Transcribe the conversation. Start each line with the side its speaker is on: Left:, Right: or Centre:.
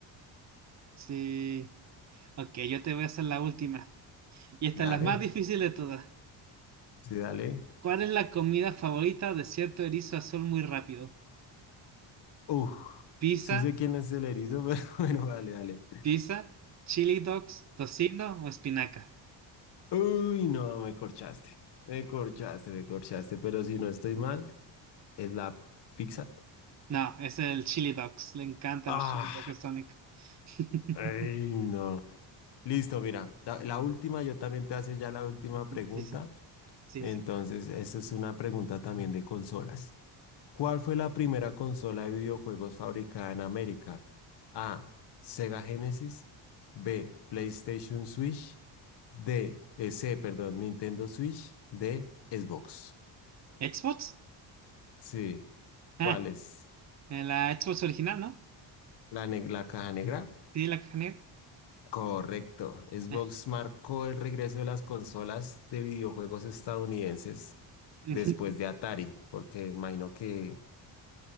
Right: Sí. Ok, yo te voy a hacer la última. Y esta
Left: Dale,
Right: es la más difícil de todas.
Left: sí, dale.
Right: ¿Cuál es la comida favorita de cierto erizo azul muy rápido?
Left: Uf,
Right: ¿Pizza,
Left: sí sé quién es el erizo, <laughs> pero bueno, dale, dale.
Right: pizza, chili dogs, tocino o espinaca?
Left: Uy, no, me corchaste. Me corchaste, me corchaste, pero si no estoy mal, es la pizza.
Right: No, es el chili dogs. Le encantan
Left: Ah.
Right: los chili dogs a Sonic. <laughs>
Left: Ay, no. Listo, mira, la, la última, yo también te hace ya la última pregunta.
Right: Sí, sí, sí,
Left: Entonces,
Right: sí.
Left: esta es una pregunta también de consolas. ¿Cuál fue la primera consola de videojuegos fabricada en América? A. Sega Genesis. B. PlayStation Switch. D. eh, C, perdón, Nintendo Switch. D. Xbox.
Right: ¿Xbox?
Left: Sí.
Right: <laughs>
Left: ¿Cuál es?
Right: En la Xbox original, ¿no?
Left: ¿La, ne- la caja negra?
Right: Sí, la caja negra.
Left: Correcto. Xbox
Right: Ah.
Left: marcó el regreso de las consolas de videojuegos estadounidenses
Right: <laughs>
Left: después de Atari, porque imagino que